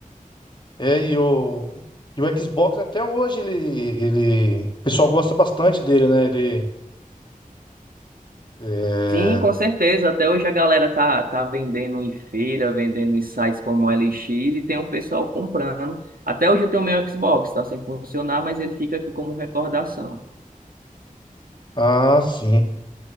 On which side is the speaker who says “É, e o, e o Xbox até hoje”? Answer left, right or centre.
Left